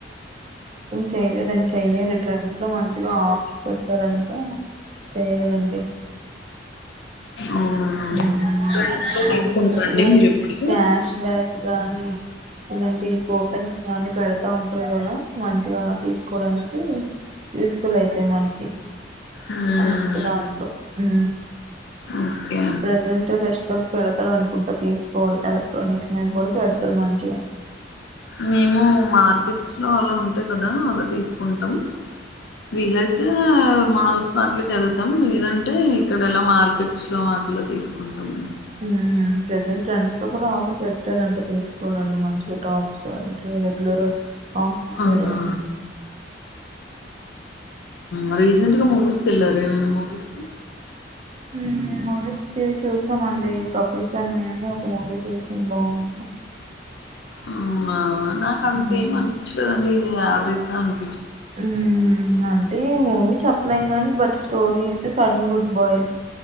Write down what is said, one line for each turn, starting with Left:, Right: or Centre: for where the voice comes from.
Right: చెయలేదండి చెయ్యాలి ట్రెంట్స్ లో మంచిగా ఆఫర్ పెడాతారని గ చేయాలండి
Left: అవునా
Right: ఉ
Left: ట్రెండ్స్ లో
Right: మంచిగా
Left: తీసుకుంటారండి మీరు ఇప్పుడు
Right: క్యాష్ బ్యాక్ గాని ఇలాంటివి కూపెన్స్ గాని పెడతా ఉంటారు కదా మంచిగా తీస్కోవడానికి యూస్ఫుల్ అయితాయి మనకి
Left: మ్మ్
Right: అంతే దాంట్లో ఉ
Left: ఓకే
Right: ప్రెజెంట్ ఫెస్టివల్ పెడతారన్ కుంట్ట తీస్కోవలి ఎలక్ట్రోనిక్స్ మీద కూడ పెడతారు మంచిగా.
Left: మేము మార్కెట్స్ లో అలా ఉంటాయి కదా అలా తీసుకుంటాం. వీలైతే మాల్స్ వాట్లకి వెళ్తాం లేదంటే ఇక్కడ ఎలా మార్కెట్ స్లో వాట్లో తీసుకుంటాము
Right: ఉ ప్రెజెంట్ ట్రెంట్స్ లో కూడా ఆఫర్ పెట్టారంట తీసుకోవాలండి మంచిగా టాప్స్ అవి రెగ్యలరు ఆఫీస్
Left: అవునా
Right: వేర్ ఏమైనా
Left: ఉ రీసెంట్గా మూవీస్కి వెళ్ళారా ఏమైనా మూవీస్ కి
Right: ఉ మూవీస్ కి చూసామండి కపుల్ ఫ్యామిలీ అని ఒక మూవీ చూసాం బాగుంది.
Left: అవునా నాకేమ్ అంత
Right: మ్మ్
Left: ఎమ్ అనిపించలేదండి ఇది యావరేజ్ గా అన్
Right: ఉ అంటే అని చెప్పలేం కానీ బట్ స్టోరీ అయితే సడన్ గుడ్ బాయ్స్